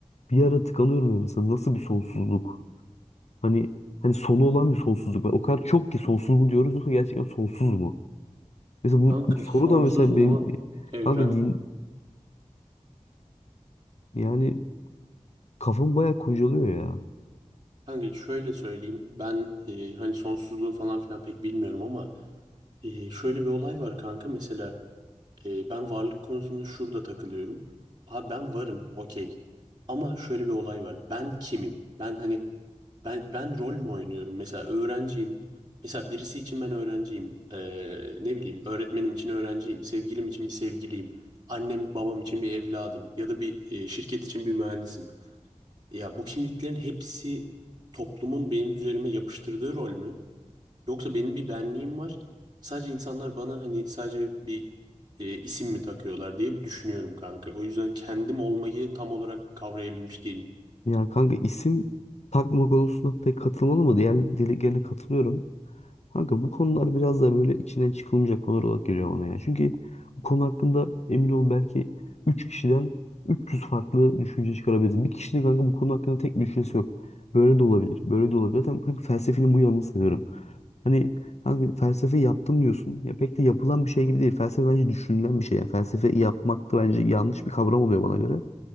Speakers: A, on the left; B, on the right.
A: bir ara tıkanıyorum ya. Mesela nasıl bir sonsuzluk? Hani hani sonu olan bir sonsuzluk var. O kadar çok ki sonsuz mu diyoruz yoksa gerçekten sonsuz mu? Mesela bu,
B: Kanka
A: bu soru
B: sonsuz
A: da mesela
B: mu
A: benim
B: evren?
A: kanka din yani kafam bayağı kurcalıyor ya.
B: Kanka şöyle söyleyeyim. Ben e, hani sonsuzluğu falan filan pek bilmiyorum ama e, şöyle bir olay var kanka. Mesela e, ben varlık konusunda şurada takılıyorum. Abi ben varım okey. Ama şöyle bir olay var. Ben kimim? Ben hani Ben ben rol mü oynuyorum? Mesela öğrenciyim. Mesela birisi için ben öğrenciyim. Ee, ne bileyim öğretmenim için öğrenciyim. Sevgilim için bir sevgiliyim. Annem babam için bir evladım. Ya da bir e, şirket için bir mühendisim. Ya bu kimliklerin hepsi toplumun benim üzerime yapıştırdığı rol mü? Yoksa benim bir benliğim var. Sadece insanlar bana hani sadece bir e, isim mi takıyorlar diye bir düşünüyorum kanka. O yüzden kendim olmayı tam olarak kavrayabilmiş değilim.
A: Ya kanka isim takma konusuna pek katılmalı mı? Diğer dileklerine katılıyorum. Kanka bu konular biraz da böyle içinden çıkılmayacak konular olarak geliyor bana ya. Çünkü bu konu hakkında emin ol belki 3 kişiden 300 farklı düşünce çıkarabiliriz. Bir kişinin kanka bu konu hakkında tek bir düşüncesi yok. Böyle de olabilir, böyle de olabilir. Zaten kanka felsefenin bu yanını seviyorum. Hani kanka felsefe yaptım diyorsun. Ya pek de yapılan bir şey gibi değil. Felsefe bence düşünülen bir şey. Yani felsefe yapmak da bence yanlış bir kavram oluyor bana göre.